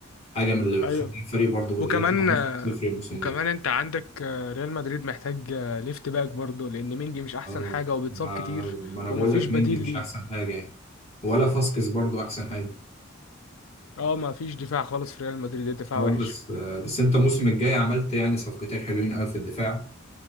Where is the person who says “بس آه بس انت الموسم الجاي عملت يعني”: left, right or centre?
Left